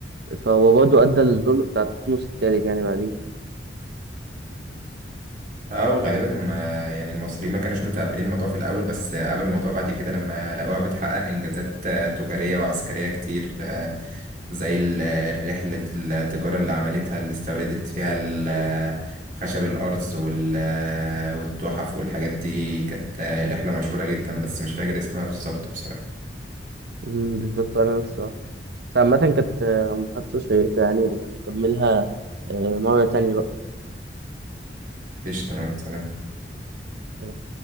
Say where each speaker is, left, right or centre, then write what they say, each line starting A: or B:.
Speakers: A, on the right; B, on the right.
A: فهو برضه أدى للظلم بتاع تحتمس التالت يعني بعديه
B: اه وغالبا هم يعني المصريين ما كانوش متقبلين الموضوع في الاول بس قبل الموضوع بعد كده لما لقوها بتحقق انجازات آه، تجاريه وعسكريه كتير آه، زي ال- رحله التجاره اللي عملتها اللي استوردت فيها ال- آه، خشب الارز وال- آه، والتحف والحاجات دي كانت آه، رحله مشهوره جدا بس مش فاكر اسمها بالظبط بصراحه
A: أمم، بالظبط أنا نفس الصراحة. بس عامة كانت آه، محادثة شيقة يعني نبقى نكملها آه، مرة تانية
B: قشطه مع السلامه
A: بقى